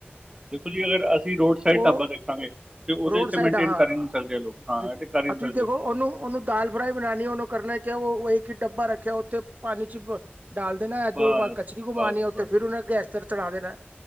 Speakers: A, on the right (about 20°); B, on the right (about 40°).
A: ਦੇਖੋ ਜੀ ਅਗਰ ਅਸੀਂ ਰੋਜ ਸਹੀ
B: ਉਹ
A: ਢਾਬਾ ਦੇਖਾਂਗੇ ਤੇ ਉਹਦੇ
B: ਰੋਡ
A: ਚ
B: ਸਾਈਡ
A: ਤੇ ਮੇਨਟੇਨ
B: ਹਾਂ
A: ਕਰ ਹੀ ਨੀ ਸਕਦੇ ਲੋਕ ਹਾਂ
B: ਜੀ
A: ਤੇ ਕਰ ਹੀ ਨੀ
B: ਤੁਸੀਂ
A: ਸਕਦੇ।
B: ਦੇਖੋ ਉਹਨੂੰ ਉਹਨੂੰ ਦਾਲ ਫਰਾਈ ਬਣਨੀ ਉਹਨੂੰ ਕਰਨਾ ਕਿ ਉਹ ਇੱਕ ਡੱਬਾ ਰੱਖਿਆ ਉੱਥੇ ਪਾਣੀ ਚ ਡਾਲ ਦੇਣਾ ਦੋ
A: ਬਸ
B: ਵਾਰ ਕੜਛੀ ਗੁੰਮਣੀ
A: ਬਸ
B: ਹੈ ਉੇਹ
A: ਬਸ
B: ਫੇਿਰ ਉਹੇ ਗੈਸ ਤੇ ਚੜਾ ਦੇਣਾ।